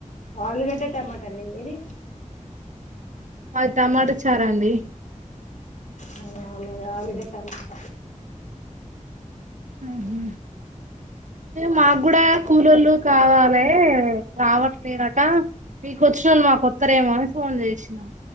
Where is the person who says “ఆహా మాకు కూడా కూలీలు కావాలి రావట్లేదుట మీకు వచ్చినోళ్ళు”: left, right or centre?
Right